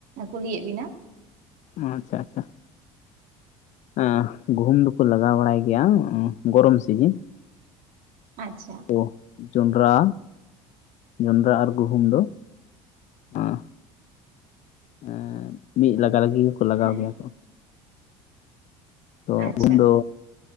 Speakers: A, on the right; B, on the left.
A: ᱠᱩᱞᱤᱭᱮᱫ ᱵᱤᱱᱟ᱾
B: ᱚ ᱟᱪᱪᱷᱟ ᱟᱪᱪᱷᱟ ᱮᱸ ᱜᱩᱦᱩᱢ ᱫᱚᱠᱚ ᱞᱟᱜᱟᱣ ᱵᱟᱲᱟᱭ ᱜᱮᱭᱟ ᱜᱚᱨᱚᱢ ᱥᱤᱡᱤᱱ <inaudible>
A: ᱟᱪᱪᱷᱟ
B: ᱛᱚ ᱡᱚᱸᱰᱨᱟ ᱡᱚᱸᱰᱨᱟ ᱟᱨ ᱜᱩᱦᱩᱢ ᱫᱚ ᱟᱸ ᱮᱸ ᱢᱤᱫ ᱞᱟᱜᱟ ᱞᱟᱹᱜᱤ ᱜᱮᱠᱚ ᱞᱟᱜᱟᱣ
A: ᱦᱮᱸ
B: ᱜᱮᱭᱟ ᱠᱚ ᱛᱚ
A: ᱟᱪᱪᱷᱟ
B: ᱜᱩᱦᱩᱢ ᱫᱚ